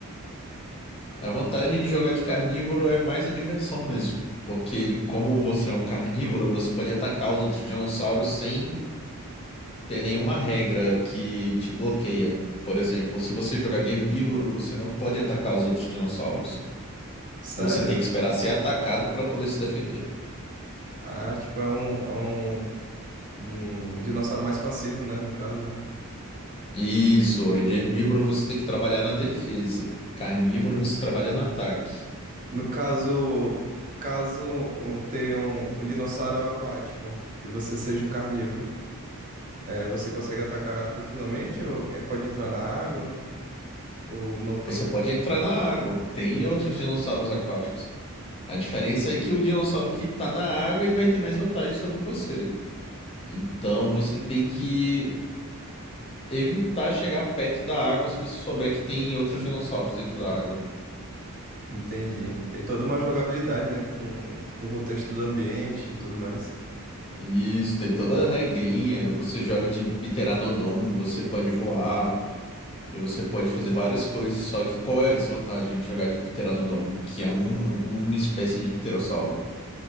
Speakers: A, on the left; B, on the right.
A: A vantagem de jogar de carnívoro é mais a diversão mesmo, porque como você é um carnívoro, você pode atacar os outros dinossauros sem ter nenhuma regra que te bloqueia. Por exemplo, se você jogar de herbívoro, você não pode atacar os outros dinossauros.
B: Sério?
A: Você tem que esperar ser atacado para poder se defender.
B: Ah, tipo, é um, é um um dinossauro mais passivo, né? No caso, né?
A: Isso, é de herbívoro você tem que trabalhar na defesa. Carnívoro você trabalha no ataque.
B: No caso, caso um- tenha um, um dinossauro aquático e você seja um carnívoro, é, você consegue atacar tranquilamente ou é, pode entrar na água ou não tem?
A: Você pode entrar na água. Tem outros dinossauros aquáticos. A diferença é que o dinossauro que tá na água, ele vai ter mais vantagem sobre você. Então você tem que evitar chegar perto da água se você souber que tem outros dinossauros dentro da água.
B: Entendi. Tem toda uma jogabilidade, né? Com, com o contexto do ambiente e tudo mais.
A: Isso, tem toda a regrinha. Você joga de Pteranodon, você pode voar. E você pode fazer várias coisas, só que qual é a desvantagem de jogar de Pteranodon, que é um- uma espécie de pterossauro?